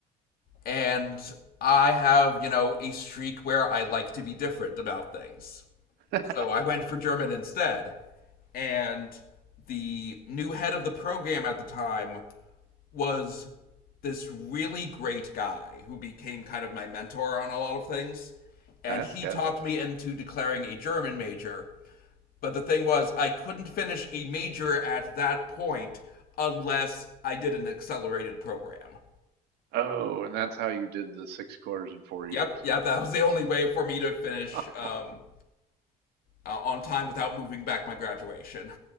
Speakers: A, on the left; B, on the right.
A: And I have, you know, a streak where I like to be different about things.
B: <laughs>
A: So I went for German instead. And the new head of the program at the time was this really great guy who became kind of my mentor on a lot of things. And
B: Yes,
A: he
B: yes.
A: talked me into declaring a German major. But the thing was, I couldn't finish a major at that point unless I did an accelerated program.
B: Oh, and that's how you did the six quarters in four years.
A: Yep, yep, that was the only way for me to finish
B: <laughs>
A: um,
B: Oh,
A: uh, on time without moving back my graduation.